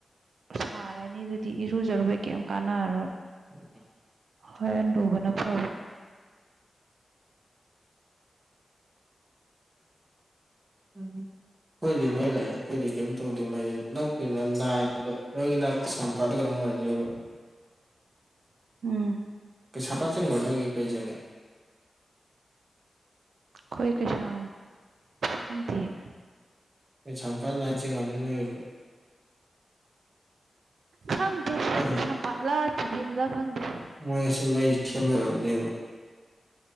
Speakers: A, on the right; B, on the right.
A: ꯁꯥꯔꯅꯤ ꯑꯗꯨꯗꯤ ꯏꯔꯨꯖꯔꯨꯕꯩ ꯀꯩꯝ ꯀꯥꯟꯅꯔꯔꯣꯏ
B: <unintelligible>
A: ꯍꯣꯏꯔ‌ꯦꯟ ꯂꯨꯕꯅ ꯐꯕ
B: ꯎꯝ ꯑꯩꯈꯣꯏꯗꯤ ꯃꯩ ꯂꯥꯛꯑꯦ ꯑꯩꯈꯣꯏꯗꯤ ꯀꯩꯝ ꯇꯧꯗꯦ ꯃꯩꯗ‌ꯣ ꯅꯛꯄꯅꯤꯅ ꯂꯥꯏꯟꯗꯣ ꯅꯣꯏꯒꯤꯅ <unintelligible>
A: <unintelligible> ꯎꯝ
B: ꯀꯩꯁꯥꯝꯄꯥꯠ ꯆꯤꯡꯕꯔ‌ꯣ ꯅ‌ꯣꯏꯒꯤ ꯀꯩ ꯆꯤꯡꯉꯤ
A: ꯑꯩꯈꯣꯏ ꯀꯩꯁꯥꯝ ꯈꯪꯗꯤꯌ‌ꯦ
B: ꯀꯩꯁꯥꯝꯄꯥꯠ ꯂꯥꯟ ꯆꯤꯡꯉꯝꯅꯤ ꯅꯣꯏꯒꯤꯗꯣ
A: ꯈꯪꯗꯦ
B: ꯃꯣꯏ
A: ꯀꯩꯁꯥꯝꯄꯥꯠꯂ‌ ꯊꯤꯗꯤꯝꯂ ꯈꯪꯗꯦ
B: ꯃꯣꯏꯒꯤꯁꯨ ꯃꯩ ꯁꯦꯝꯒꯗꯕꯅꯦꯕ